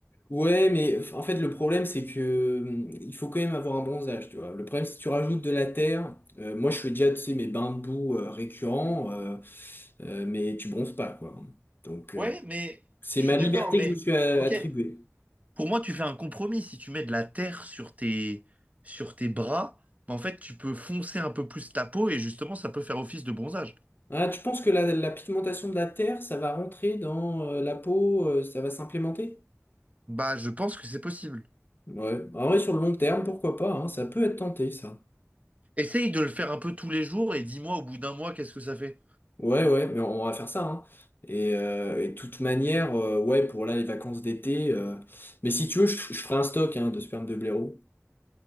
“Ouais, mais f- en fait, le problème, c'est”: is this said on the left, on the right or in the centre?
Left